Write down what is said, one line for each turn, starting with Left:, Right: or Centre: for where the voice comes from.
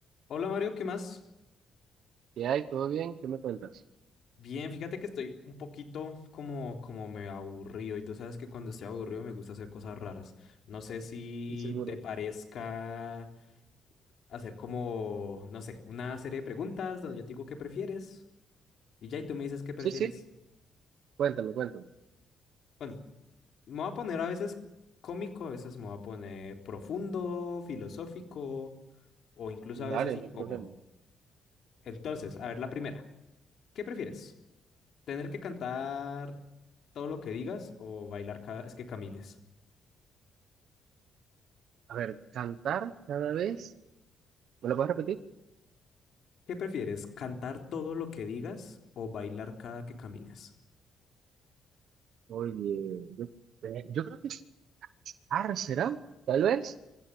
Left: Hola Mario, ¿qué más?
Right: ¿Qué hay? ¿Todo bien? ¿Qué me cuentas?
Left: Bien, fíjate que estoy un poquito como, como me aburrido y tú sabes que cuando estoy aburrido me gusta hacer cosas raras. No sé si
Right: Sí, seguro.
Left: te parezca hacer como, no sé, una serie de preguntas donde yo te digo qué prefieres y ya y tú me dices qué prefieres.
Right: Sí, sí, cuéntame, cuéntame.
Left: Bueno, me voy a poner a veces cómico, a veces me voy a poner profundo, filosófico o incluso
Right: Dale,
Left: a veces incómodo.
Right: no hay problema.
Left: Entonces, a ver la primera. ¿Qué prefieres? ¿Tener que cantar todo lo que digas o bailar cada vez que camines?
Right: A ver, cantar cada vez. ¿Me lo puedes repetir?
Left: ¿Qué prefieres? ¿Cantar todo lo que digas o bailar cada que camines?
Right: Oye, yo, eh, yo creo que. Ah, ¿será? Tal vez.